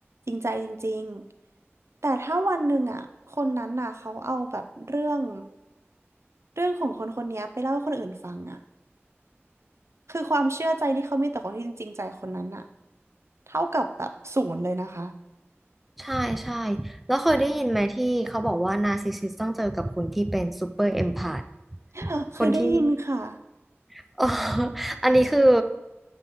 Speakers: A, on the right; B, in the centre.
A: จริงใจจริงๆแต่ถ้าวันหนึ่งอ่ะคนนั้นน่ะเขาเอาแบบเรื่องเรื่องของคนคนเนี้ยไปเล่าให้คนอื่นฟังอ่ะคือความเชื่อใจที่เขามีต่อคนที่จริงใจคนนั้นน่ะเท่ากับแบบศูนย์เลยนะคะ
B: ใช่ใช่แล้วเคยได้ยินไหมที่เขาบอกว่านาร์ซิสซิสต้องเจอกับคนที่เป็นซูเปอร์เอมพาธ
A: <laughs> เคยได้ยินค่ะ
B: คนที่ <laughs> อ๋ออันนี้คือ